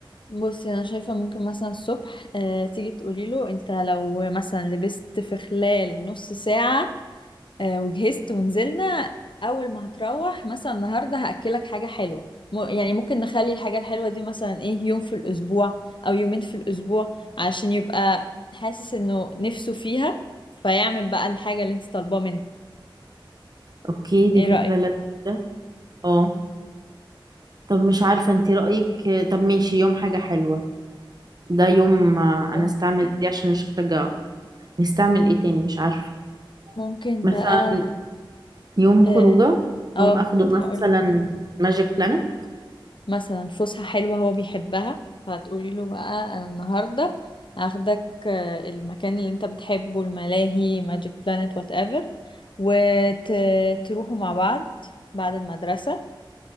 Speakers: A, on the left (about 65°); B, on the right (about 50°).
A: بصي انا شايفة ممكن مثلا الصبح آه، تيجي تقولي له انت لو مثلا لبست في خلال نص ساعة آه، وجهزت ونزلنا اول ما هتروح مثلا النهارده هاكلك حاجه حلوه م- يعني ممكن نخلي الحاجه الحلوه دي مثلا ايه يوم في الاسبوع او يومين في الاسبوع عشان يبقى حاسس انه نفسه فيها فيعمل بقى الحاجه اللي انت طالباه منها
B: اوكي دي
A: ايه
B: فكره
A: رايك
B: لذيذه اه طب مش عارفه انت رايك طب ماشي يوم حاجه حلوه ده يوم آه،
A: اه
B: انا استعمل دي عشان نشجعه نستعمل ايه تاني مش عارفه
A: ممكن
B: مثلا
A: بقى
B: يوم
A: اه
B: خروجه
A: آه،
B: يوم اخده
A: كنت
B: مثلا
A: هقول
B: ماجيك بلانت
A: مثلا فسحة حلوة هو بيحبها فهتقولي له بقى أنا النهاردة هاخدك آه، المكان اللي انت بتحبه الملاهي ماجيك بلانت وات ايفر وتروحوا مع بعض بعد المدرسة